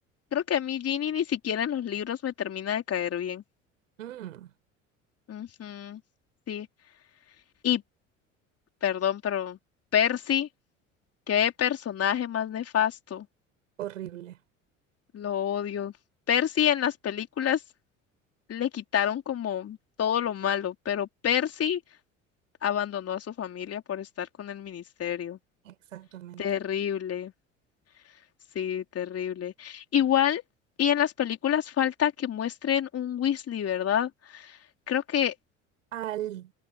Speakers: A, on the left; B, on the right.
A: creo que a mí Ginny ni siquiera en los libros me termina de caer bien.
B: Mm,
A: Ujú, sí. Y, perdón, pero Percy, qué personaje más nefasto.
B: horrible.
A: Lo odio. Percy en las películas le quitaron como todo lo malo, pero Percy abandonó a su familia por estar con el ministerio.
B: Exactamente.
A: Terrible. Sí, terrible. Igual, y en las películas falta que muestren un Weasley, ¿verdad? Creo que
B: Al,